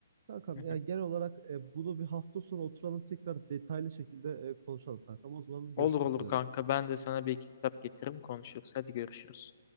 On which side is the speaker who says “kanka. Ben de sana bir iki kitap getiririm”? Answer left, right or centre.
Left